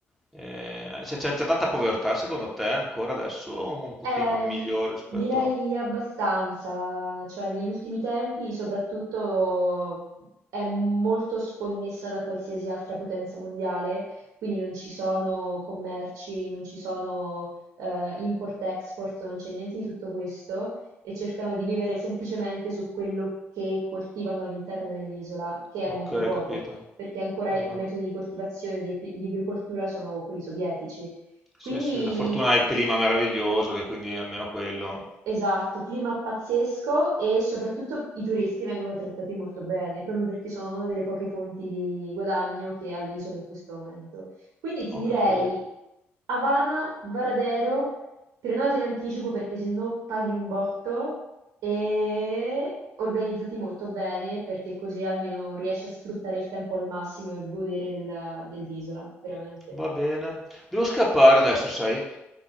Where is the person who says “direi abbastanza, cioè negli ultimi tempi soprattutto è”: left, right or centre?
Right